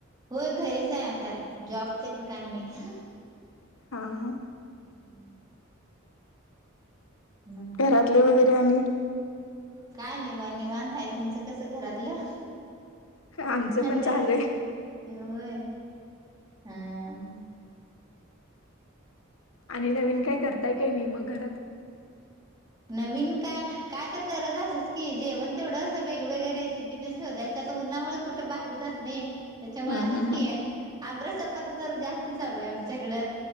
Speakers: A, on the right (about 20°); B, on the left (about 80°).
A: होय, घरीच आहे आता जॉब तेन काय नाही.
B: हा हा.
A: हू म. मग
B: घरातले वगैरे आणि
A: काय नाहीवा निवांत आहे तुमचं कसं घरातलं.
B: आमचं
A: अ
B: पण
A: दे,
B: चालूय
A: ते होय हा. हम!
B: आणि नवीन काही करताय काय नाही मग घरात.
A: नवीन काय? काय तर दररोज असच की, जेवण तेवढं असं वेगवेगळं रेसिपी त्यां शोधायच. आता उन्हामुळे कुठं बाहेर जात नाही. त्यांच्यामुळे
B: हम्म
A: असंच
B: हम्म
A: की
B: हम्म
A: आहे आंबरस चपाती तर जास्त चालूय आमच्याकडं